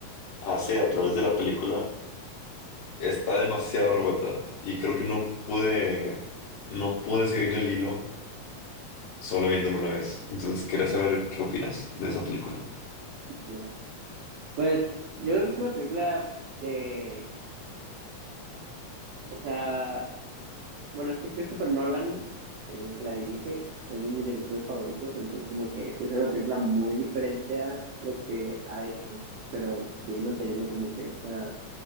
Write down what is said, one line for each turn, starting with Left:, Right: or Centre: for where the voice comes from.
Left: hace a través de la película está demasiado revuelta y creo que no pude, no pude seguirle el hilo solo viéndolo una vez. Entonces quería saber qué opinas de esa película.
Right: Ya. Pues yo creo que es una película que, o sea, bueno, es que Christopher Nolan, el que la dirige, es de mis directores favoritos, entonces como que sí es una película muy diferente a lo que ha hecho, pero sigue manteniendo como que esta